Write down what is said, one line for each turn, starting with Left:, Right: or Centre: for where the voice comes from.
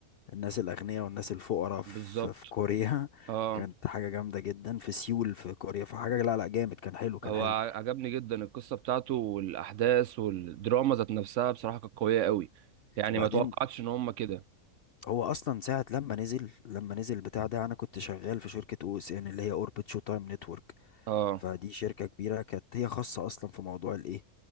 Left: الناس الاغنياء والناس الفقراء في...
Right: بالظبط
Left: في كوريا <laughs>
Right: اه
Left: كانت حاجه جامده جدا في سيول في كوريا فحاجه لا لا جامد كان حلو كان
Right: هو
Left: حلو
Right: ع- عجبني جدا القصه بتاعته والاحداث والدراما ذات نفسها بصراحه كانت قويه قوي يعني
Left: وبعدين
Right: ما توقعتش ان هم كده
Left: هو اصلا ساعه لما نزل لما نزل البتاع ده انا كنت شغال في شركه او اس ان اللي هي اوربت شو تايم نتورك
Right: اه
Left: فدي شركه كبيره كانت هي خاصه اصلا في موضوع الايه